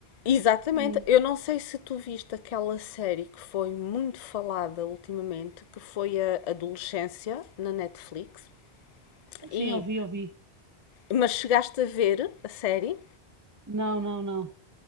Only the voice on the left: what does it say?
exatamente.
Eu não sei se tu viste aquela série que foi muito falada ultimamente, que foi a Adolescência na Netflix, e
mas chegaste a ver a série?